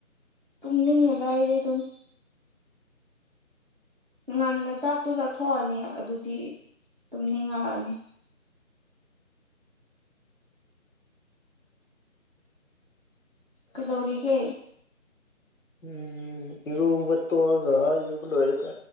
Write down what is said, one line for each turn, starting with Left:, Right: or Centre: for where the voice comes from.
Right: ꯇꯨꯝꯅꯤꯡꯉꯤꯗ ꯑꯩꯗꯤ ꯑꯗꯨꯝ ꯉꯟꯅ ꯆꯥꯛꯇꯨ ꯆꯥꯊꯣꯛꯑꯅꯤ ꯑꯗꯨꯗꯤ ꯇꯨꯝ ꯅꯤꯡꯉꯛꯑꯅꯤ ꯀꯩꯗꯧꯔꯤꯒꯦ
Left: ꯎꯝ ꯏꯔꯕ ꯇꯣꯛꯒ ꯏꯔꯨꯕ ꯂꯣꯏꯔꯒ